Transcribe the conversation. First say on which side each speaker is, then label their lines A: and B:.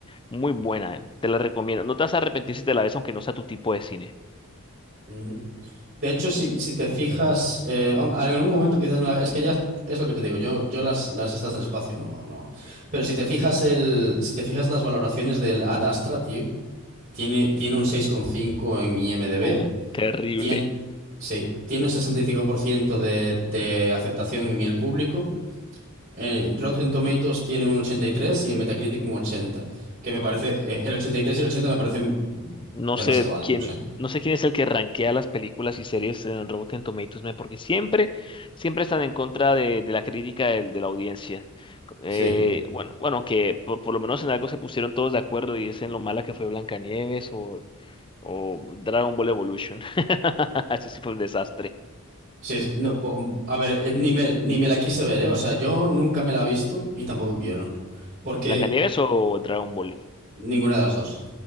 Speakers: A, on the left; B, on the right.
A: Muy buena, ¿eh? Te la recomiendo. No te vas a arrepentir si te la ves, aunque no sea tu tipo de cine.
B: Ujú. De hecho, si, si te fijas, eh, hom- en algún momento quizás me la- es que ya es lo que te digo, yo, yo las, las estas del espacio no, no. Pero si te fijas el, si te fijas las valoraciones del Ad Astra, tío, tiene, tiene un seis coma cinco en IMDb,
A: Uh, terrible.
B: tiene, sí, tiene un 65% de, de aceptación en el público. eh, Rotten Tomatoes tiene un ochenta y tres y en Metacritic un 80 que me parece, eh, el ochenta y tres y el 80 me parecen
A: No
B: demasiado
A: sé
B: altos,
A: quién,
B: ¿eh?
A: no sé quién es el que rankea las películas y series en Rotten Tomatoes, ¿no? porque siempre, siempre están en contra de, de la crítica del- de, la audiencia. Eh,
B: Sí.
A: bueno, bueno, que por, por lo menos en algo se pusieron todos de acuerdo y es en lo mala que fue Blancanieves o, o Dragon Ball Evolution. <laughs> Eso sí fue un desastre.
B: Sí, es- no, bo- a ver, eh, ni me, ni me la quise ver, ¿eh? O sea, yo nunca me la he visto y tampoco quiero. Porque
A: ¿Blancanieves o Dragon Ball?
B: ninguna de las dos.